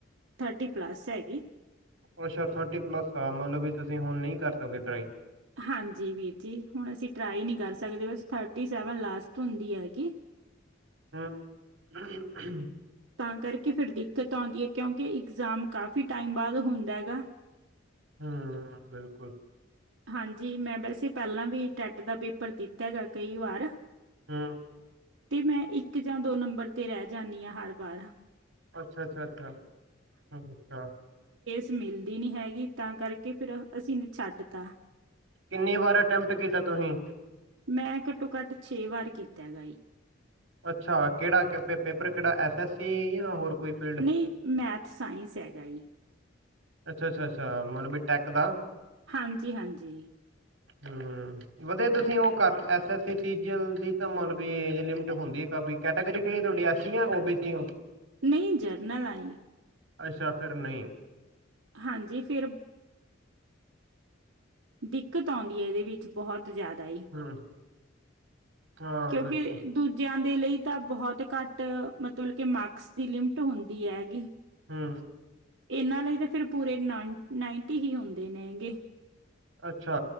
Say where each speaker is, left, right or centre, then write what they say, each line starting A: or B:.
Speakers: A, on the right (about 85°); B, on the right (about 65°).
A: ਥਰਟੀ ਪਲੱਸ ਹੈਗੀ।
B: ਅੱਛਾ ਥਰਟੀ ਪਲੱਸ ਆ ਮਲਬ ਵੀ ਤੁਸੀਂ ਹੁਣ ਨਹੀਂ ਕਰ ਸਕਦੇ ਟਰਾਈ।
A: ਹਾਂਜੀ ਵੀਰ ਜੀ ਹੁਣ ਅਸੀਂ ਟਰਾਈ ਨਹੀਂ ਕਰ ਸਕਦੇ ਬਸ ਥਰਟੀ ਸੈਵਨ ਲਾਸਟ ਹੁੰਦੀ ਹੈਗੀ।
B: ਹੂੰ
A: ਤਾਂ ਕਰਕੇ ਫਿਰ ਦਿੱਕਤ ਆਉਂਦੀ ਹੈ ਕਿਉਂਕਿ ਇਗਜ਼ਾਮ ਕਾਫੀ ਟਾਈਮ ਬਾਅਦ ਹੁੰਦਾ। <unintelligible>
B: ਹੂੰੰ, ਬਿਲਕੁਲ।
A: ਹਾਂਜੀ ਮੈਂ ਵੈਸੇ ਪਹਿਲਾਂ ਵੀ ਟੈਟ ਦਾ ਪੇਪਰ ਦਿੱਤਾ ਦਾ ਕਈ ਵਾਰ।
B: ਹੁੰ
A: ਤੇ ਮੈਂ ਇੱਕ ਜਾਂ ਦੋ ਨੰਬਰ ਤੇ ਰਹਿ ਜਾਂਣੀ ਹਾਂ ਹਰ ਵਾਰ।
B: ਅੱਛਾ-ਅੱਛਾ, ਅੱਛਾ-ਅੱਛਾ।
A: ਸਮਿਲ ਦੀ ਨਹੀਂ ਹੈਗੀ ਤਾਂ ਕਰਕੇ ਫਿਰ ਅਸੀਂ ਇਹਨੂੰ ਛੱਡ ਤਾ।
B: ਕਿੰਨੀ ਵਾਰ ਅਟੈਂਪਟ ਕੀਤਾ ਤੁਹੀ।
A: ਮੈਂ ਘੱਟੋ-ਘੱਟ ਛੇ ਵਾਰ ਕੀਤਾ ਗਾਈ।
B: ਅੱਛਾ, ਕਿਹੜਾ ਕਿ ਪੇਪਰ ਕਿਹੜਾ ਐਸ ਐਸ ਸੀ ਯਾ ਹੋਰ ਕੋਈ ਫੀਲਡ
A: ਨਹੀਂ ਮੈਥ, ਸਾਇੰਸ ਹੈਗਾ ਹੀ।
B: ਅੱਛਾ-ਅੱਛਾ, ਅੱਛਾ ਮਤਲਬ ਵੀ ਟੈਕ ਦਾ।
A: ਹਾਂਜੀ-ਹਾਂਜੀ।
B: ਹੁੰ, ਵਧੀਆ ਤੁਸੀਂ ਉਹ ਕਰ ਐਸਐਸਈ ਚ <unintelligible> ਲਿਮਟ ਹੁੰਦੀ ਕਾਫੀ ਕੈਟਾਗਰੀ ਕਿਹੜੀ ਤੁਹਾ ਐ ਸੀ ਯਾ ਓ ਬੀ ਸੀ ਉਹ?
A: ਨਹੀਂ ਜਰਨਲ ਆਈ।
B: ਅੱਛਾ, ਫਿਰ ਨਹੀ।
A: ਹਾਂਜੀ, ਫਿਰ ਦਿੱਕਤ ਆਉਂਦੀ ਹੈ ਇਹਦੇ ਵਿੱਚ ਬਹੁਤ ਜਾਦਾ ਈ।
B: ਹੂੰ ਹਾਂ
A: ਕਿਉਂਕਿ
B: ਬਿਲਕੁਲ
A: ਦੂਜਿਆਂ ਦੇ ਲਈ ਤਾਂ ਬਹੁਤ ਘੱਟ ਮਤਲਬ ਕੇ ਮਾਰਕਸ ਦੀ ਲਿਮਿਟ ਹੁੰਦੀ ਹੈਗੀ।
B: ਹੁੰ
A: ਇਹਨਾਂ ਲਈ ਤਾਂ ਫਿਰ ਪੂਰੇ ਨ ਨਾਈਟੀ ਹੀ ਹੁੰਦੇ ਨੇ ਹੈਗੇ।
B: ਅੱਛਾ।